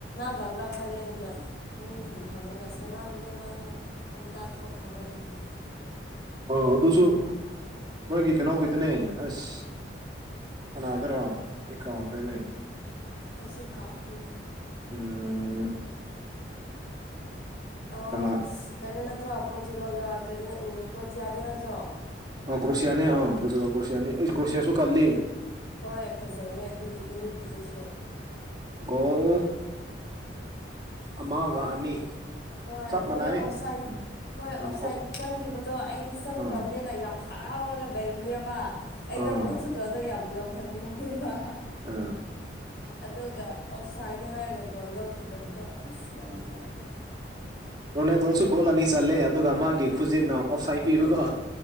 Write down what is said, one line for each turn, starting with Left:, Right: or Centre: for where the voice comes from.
Left: ꯇꯕ꯭ꯔꯥ ꯈꯜꯂꯦ ꯑꯗꯨꯒ ꯃꯤꯁꯤꯡ ꯍꯪꯉꯒ ꯁꯅꯕꯅꯦ ꯃꯥꯗꯣ ꯉꯟꯇꯥ ꯊꯣꯛꯈ꯭ꯔꯕ ꯑꯗꯨꯒꯤꯅꯤ
Right: ꯑꯣ ꯑꯗꯨꯁꯨ ꯃꯣꯏꯒꯤ ꯀꯩꯅꯣꯒꯤꯗꯨꯅꯦ ꯑꯁ ꯀꯅꯥꯗꯔꯥ ꯑꯩ ꯀꯥꯎꯈ꯭ꯔꯦꯅꯦ
Left: ꯑꯩꯁꯨ ꯀꯥꯎꯈ꯭ꯔꯦꯅꯦ
Right: ꯎꯝ
Left: ꯑꯣ
Right: ꯀꯅꯥ
Left: ꯀꯩꯅꯣ ꯅꯠꯇ꯭ꯔꯣ ꯄꯔꯣꯇꯨꯒꯜꯒ ꯀꯩꯅꯦ ꯀ꯭ꯔꯣꯇꯤꯌꯥꯗ ꯅꯠꯇ꯭ꯔꯣ
Right: ꯑ ꯀ꯭ꯔꯣꯁꯤꯌꯥꯅꯤ ꯑ ꯄ꯭ꯔꯣꯇꯨꯒꯜ ꯑꯩ ꯀ꯭ꯔꯣꯁꯤꯌꯥꯁꯨ ꯀꯜꯂꯤ
Left: ꯍꯣꯏ ꯐꯖꯩꯌꯦ ꯑꯗꯨꯒꯤ ꯅꯨꯃꯤꯠꯀꯤꯗꯨꯁꯨ
Right: ꯎꯝ ꯒꯣꯜ ꯑꯃꯒ ꯑꯅꯤ
Left: ꯍꯣꯏ
Right: ꯆꯞ ꯃꯥꯟꯅꯩ
Left: ꯃꯣꯏ ꯑꯣꯞꯁꯥꯏꯠ
Right: ꯎꯝ
Left: ꯍꯣꯏ
Right: ꯎꯝ
Left: ꯑꯣꯞꯁꯥꯏꯠ
Right: ꯑꯣꯐ
Left: ꯆꯪꯒꯤꯕꯗꯣ ꯑꯩꯗꯤ ꯆꯪꯈ꯭ꯔꯕꯅꯤꯅ
Right: ꯑꯥ
Left: ꯌꯥꯝ ꯍꯔꯥꯎꯔꯒ ꯂꯩꯕꯅꯦꯕ ꯑꯩꯗ
Right: ꯑꯥ
Left: ꯄ꯭ꯔꯣꯊꯨꯇꯣꯗ ꯌꯥꯝ ꯉꯝꯍꯟꯅꯤꯡꯗꯦꯕ
Right: ꯑꯥ
Left: ꯑꯗꯨꯒ ꯑꯣꯐꯁꯥꯏꯗꯅꯦ ꯍꯥꯏꯔꯒ ꯒꯣꯜ ꯂꯧꯈꯤꯗꯕꯗꯣ ꯑꯁ ꯌꯥꯝ ꯅꯨꯡꯉꯥꯏꯇꯦ
Right: ꯔꯣꯅꯥꯟꯗꯣꯁꯩ ꯒꯣꯜ ꯑꯅꯤ ꯆꯠꯂꯦ ꯑꯗꯨꯒ ꯃꯥꯒꯤ ꯈꯨꯖꯤꯟꯅ ꯑꯣꯐ ꯁꯥꯢꯗ ꯄꯤꯕꯀꯣ